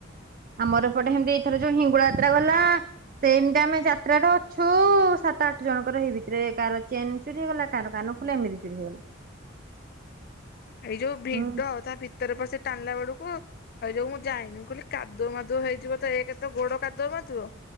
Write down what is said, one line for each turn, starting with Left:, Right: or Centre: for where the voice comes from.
Right: ଆ ମୋର ଏ ପଟେ ହେମିତି ଥର ଯୋଉ ହିଙ୍ଗୁଳା ଯାତ୍ରା ଗଲା ସେମିତି ଆମେ ଯାତ୍ରାଠି ଅଛୁ ସାତ ଆଠ ଜଣଙ୍କର ଏଇ ଭିତରେ କାହାର ଚେନ ଚୋରି ହେଇଗଲା କାହାର କାନ ଫୁଲ ଏମିତି ଚୋରି ହେଇଗଲା।
Left: ଏଇ ଯୋଉ ଭିଡ
Right: ହୁଁ
Left: ତା ଭିତରେ ପ ସେ ଟାଣିଲା ବେଳକୁ ଏଉ ଯ ମୁଁ ଯାଏନି ମୁଁ କହିଲି କାଦୁଅ ମାଦୁଅ ହେଇଯିବ ତ ଏକେରେ ଗୋଡ କାଦୁଆ ମାଦୁଅ